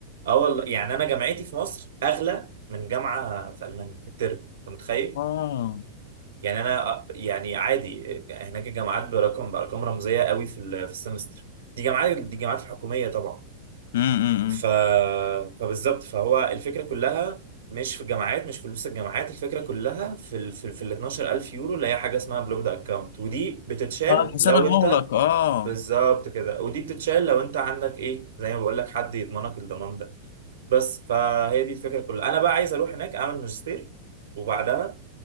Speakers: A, on the right; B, on the left.
A: اه والله يعني انا جامعتي في مصر اغلى من جامعه في المانيا في الترم انت متخيل
B: اه
A: يعني انا آه، يعني عادي هناك الجامعات برقم بارقام رمزيه قوي في ال- في السمستر دي جامعات دي جامعات الحكوميه طبعا
B: امم
A: ف... فبالظبط فهو الفكرة كلها مش في الجامعات مش في فلوس الجامعات الفكرة كلها في ال... في, في ال 12000 يورو اللي هي حاجة اسمها بلوكد اكونت ودي بتتشال
B: اه الحساب
A: لو
B: المغلق
A: انت
B: اه
A: بالظبط كده ودي بتتشال لو انت عندك ايه زي ما بقول لك حد يضمنك الضمان ده بس فهي دي الفكرة كلها انا بقى عايز اروح هناك اعمل ماجستير وبعدها